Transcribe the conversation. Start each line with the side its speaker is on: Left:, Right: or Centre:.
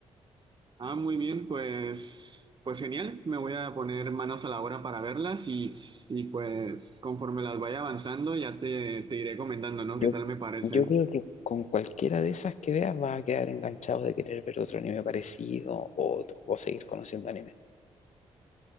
Right: Ah, muy bien, pues, pues genial. Me voy a poner manos a la obra para verlas y, y pues conforme las vaya avanzando ya te, te iré comentando, ¿no?
Left: Yo,
Right: ¿Qué tal me parecen?
Left: yo creo que con cualquiera de esas que veas vas a quedar enganchado de querer ver otro anime parecido o, o seguir conociendo anime.